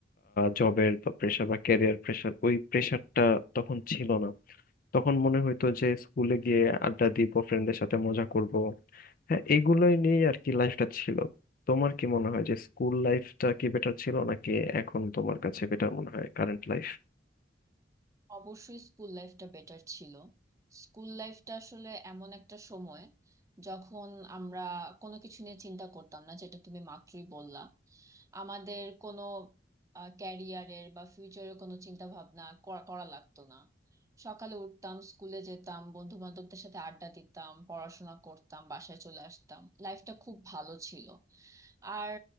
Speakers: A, on the left; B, on the right.
A: জবের বা প্রেশার বা ক্যারিয়ার প্রেশার ওই প্রেশারটা তখন ছিল না তখন মনে হইতো যে স্কুলে গিয়ে আড্ডা দিব ফ্রেন্ডদের সাথে মজা করব হ্যাঁ এইগুলোই নিয়েই আর কি লাইফটা ছিল তোমার কি মনে হয় যে স্কুল লাইফটা কি বেটার ছিল নাকি এখন তোমার কাছে বেটার মনে হয় কারেন্ট লাইফ
B: অবশ্যই স্কুল লাইফটা বেটার ছিল স্কুল লাইফটা আসলে এমন একটা সময় যখন আমরা কোনো কিছু নিয়ে চিন্তা করতাম না যেটা তুমি মাত্রই বললা আমাদের কোনো ক্যারিয়ারের বা ফিউচারের কোনো চিন্তা ভাবনা করা করা লাগতো না সকালে উঠতাম স্কুলে যেতাম বন্ধু বান্ধবদের সাথে আড্ডা দিতাম পড়াশোনা করতাম বাসায় চলে আসতাম লাইফটা খুব ভালো ছিল আর